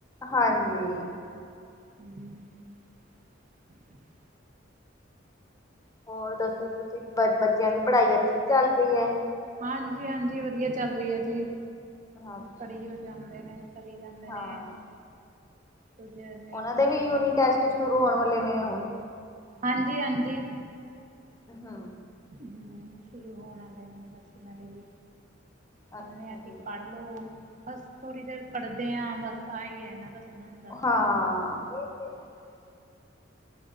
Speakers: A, on the left; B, on the right.
A: ਹਾਂਜੀ।
B: ਹੂੰ।
A: ਹੋਰ ਦੱਸੋ ਤੁਸੀਂ, ਬ ਬੱਚਿਆਂ ਦੀ ਪੜ੍ਹਾਈ ਅੱਛੀ ਚੱਲ ਰਿਐ?
B: ਹਾਂਜੀ-ਹਾਂਜੀ ਵਧੀਆ ਚੱਲ ਰੀ ਐ ਜੀ।
A: ਅੱਛਾ
B: ਪੜੀਓ ਜਾਂਦੇ ਨੇ, ਪੜੀ ਜਾਂਦੇ
A: ਹਾਂ
B: ਨੇ। ਕੁਜ ਨਈਂ
A: ਉਹਨਾਂ
B: ਸਮਝ
A: ਦੇ ਵੀ ਯੂਨਿਟ
B: ਲੱਗ
A: ਟੈਸਟ ਸ਼ੁਰੂ ਹੋਣ ਵਾਲੇ ਨੇ ਹੁਨ
B: ਹਾਂਜੀ-ਹਾਂਜੀ।
A: ਉ ਹੂੰ।
B: ਹੂੰ, ਸ਼ੁਰੂ ਹੋਣ ਵਾਲੇ ਨੇ ਬਸ ਓਨਾਂ ਦੇ ਵੀ ਕੈਂਨੇ
A: ਅੱਛਾ
B: ਆ
A: ਜੀ
B: ਕਿ ਪੜ ਲੋ ਬਸ ਥੋੜ੍ਹੀ ਦੇਰ ਪੜ੍ਹਦੇ ਆ ਬਸ ਆਹੀ ਆ ਏਨਾਂ ਦਾ ਸੁਣਨ ਦਾ
A: ਹਾਂ। ਇਹ ਤੇ ਹੈ। ਹੀ।